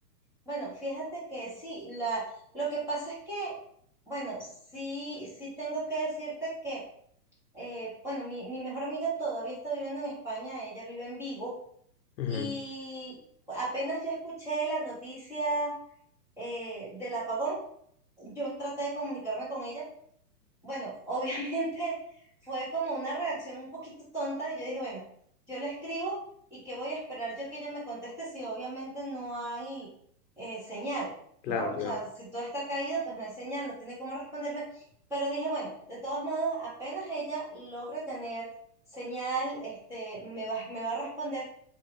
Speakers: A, in the centre; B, on the left.
A: Bueno, fíjate que sí, la, lo que pasa es que, bueno, sí, sí tengo que decirte que, eh, bueno, mi, mi mejor amiga todavía está viviendo en España, ella vive en Vigo,
B: Ujú,
A: y apenas yo escuché la noticia eh, del apagón, yo traté de comunicarme con ella bueno, <laughs> obviamente fue como una reacción un poquito tonta y yo dije, bueno, yo le escribo y qué voy a esperar yo que ella me conteste si obviamente no hay eh, señal,
B: Claro,
A: ¿no? O
B: claro.
A: sea, si todo está caído, pues no hay señal, no tiene cómo responderme. Pero dije, bueno, de todos modos, apenas ella logre tener señal, este, me va, me va a responder.